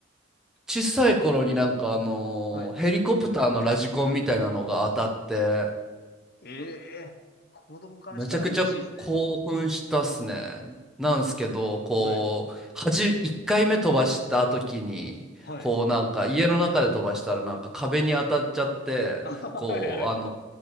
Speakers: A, in the centre; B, on the left.
A: 小さい頃になんかあのーヘリコプターのラジコンみたいなのが当たって、
B: はい。ええー子供からしたら嬉しいですね。
A: めちゃくちゃ興奮したっすね。なんすけど、こう、
B: はい、
A: はじ、1回目飛ばした時に、
B: はい、
A: こうなんか家の中で飛ばしたらなんか壁に当たっちゃって、
B: はい。<laughs> あ、はい、
A: こう、
B: はい。
A: あの、